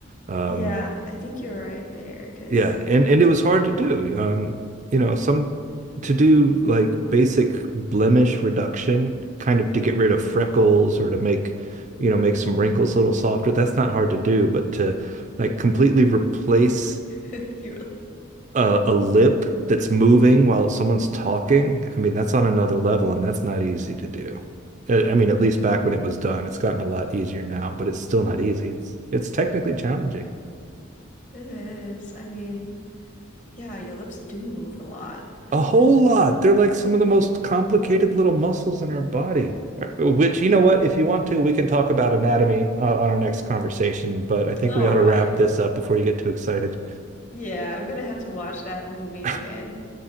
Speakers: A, on the right; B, on the left.
A: um,
B: Yeah, I think you're right there, 'cause
A: yeah, and and it was hard to do. Um, you know, some to do like basic blemish reduction, kind of to
B: mhm.
A: get rid of freckles or to make, you know, make some wrinkles a little softer. That's not hard to do, but to like completely replace
B: <laughs> You're like,
A: a, a lip that's moving while someone's talking, I mean, that's on another level, and that's not easy to do. I I mean, at
B: Yeah,
A: least back when it was done, it's gotten a lot easier now, but it's still not easy. It's it's technically challenging.
B: it is. I mean, yeah, your lips do move a lot, especially.
A: a whole lot. They're like some of the most complicated little muscles in our body. uh, Which, you know what, if you want to, we can talk about anatomy uh, on our next conversation, but I think
B: All
A: we ought
B: right.
A: to wrap this up before you get too excited.
B: Yeah, I'm gonna have to watch that movie
A: <laughs> All
B: again.